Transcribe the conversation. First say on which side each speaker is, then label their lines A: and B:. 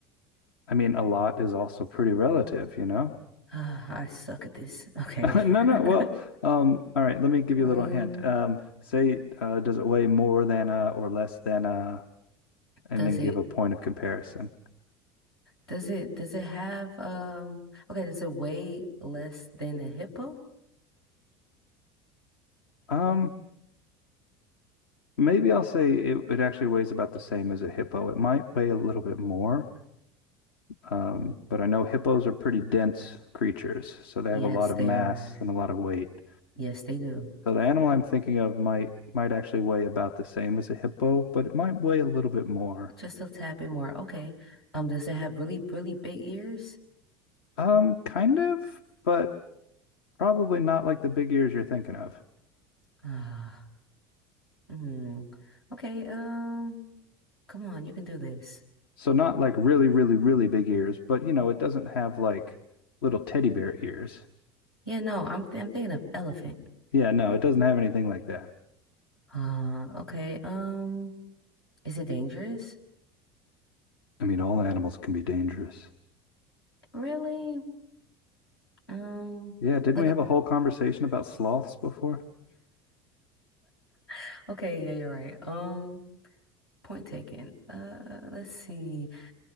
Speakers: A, on the left; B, on the left.
A: I mean, a lot is also pretty relative, you know?
B: Uh, I suck at this. Okay.
A: <laughs> No,
B: <laughs>
A: no. Well, um, all right, let me give
B: Um,
A: you a little hint. Um, say, uh, does it weigh more than a or less than a? and
B: does
A: then give
B: it
A: a point of comparison.
B: does it does it have um okay, does it weigh less than a hippo?
A: Um, maybe I'll say it, it actually weighs about the same as a hippo. It might weigh a little bit more. Um, but I know hippos are pretty dense creatures, so they
B: Yes,
A: have a lot of
B: they
A: mass
B: are.
A: and a lot of weight.
B: Yes, they do.
A: So the animal I'm thinking of might might actually weigh about the same as a hippo, but it might weigh a little bit more.
B: Just a tad bit more. Okay. Um, does it have really, really big ears?
A: Um, kind of, but probably not like the big ears you're thinking of.
B: Ah, hmm. Okay, um, come on, you can do this.
A: So not like really, really, really big ears, but you know, it doesn't have like little teddy bear ears.
B: Yeah, no, I'm th I'm thinking of elephant.
A: Yeah, no, it doesn't have anything like that.
B: Uh, okay. Um, is it dangerous?
A: I mean, all animals can be dangerous.
B: Really? Um,
A: Yeah, didn't
B: like
A: we
B: a-
A: have a whole conversation about sloths before?
B: <laughs> okay, yeah, you're right. Um, point taken. Uh, let's see.